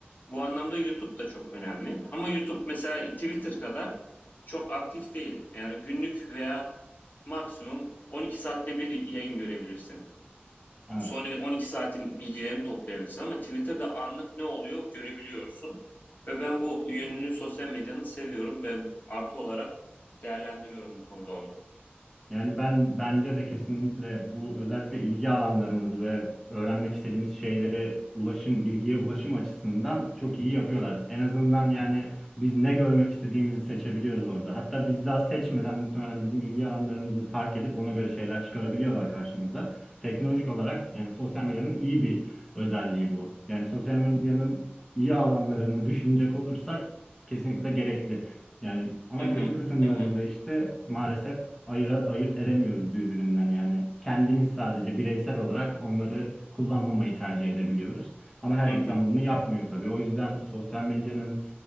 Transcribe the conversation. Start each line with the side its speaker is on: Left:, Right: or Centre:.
Left: Bu anlamda YouTube da çok önemli. Ama YouTube mesela Twitter kadar çok aktif değil. Yani günlük veya maksimum 12 saatte bir yayın görebilirsin
Centre: hı.
Left: son 12 saatin bilgilerini toplayabilirsin ama Twitter'da anlık ne oluyor görebiliyorsun. Ve ben bu yönünü sosyal medyanın seviyorum ve artı olarak değerlendiriyorum bu konuda onu.
Centre: Yani ben bence de kesinlikle bu özellikle ilgi alanlarımızı ve öğrenmek istediğimiz şeyleri ulaşım, bilgiye ulaşım açısından çok iyi yapıyorlar. En azından yani biz ne görmek istediğimizi seçebiliyoruz orada. Hatta biz daha seçmeden muhtemelen bizim ilgi alanlarımızı fark edip ona göre şeyler çıkarabiliyorlar karşımıza. Teknolojik olarak yani sosyal medyanın iyi bir özelliği bu. Yani sosyal medyanın iyi alanlarını düşünecek olursak kesinlikle gerekli. Yani ama
Left: Hı hı,
Centre: kötü kısımlarında
Left: hı hı,
Centre: işte maalesef ayıra- ayırt edemiyoruz birbirinden yani. Kendimiz sadece bireysel olarak onları kullanmamayı tercih edebiliyoruz. Ama her
Left: hı
Centre: insan
Left: hı.
Centre: bunu yapmıyor tabii. O yüzden sosyal medyanın